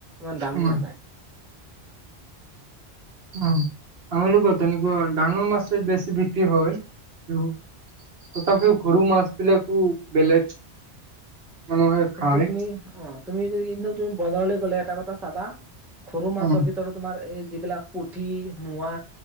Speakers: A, in the centre; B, on the right (about 65°).
A: ইে দান
B: উম
A: নাযায়।
B: উম আমালোকৰ তেনেকুৱা ডাঙৰ মাছেই বেছি বিক্ৰী হয়। তথাপিও সৰু মাছ বিলাকো বেলেগ। মানুহে
A: কিন্তু
B: খায়
A: তুমি অহ তুমি য <unintelligible> কিন্তু তুমি বজাৰলৈ গ'লে এটা কথা চাবা সৰু মাছৰ
B: অ
A: ভিতৰত তোমাৰ এই যিবিলাক পুঠি, মোৱা,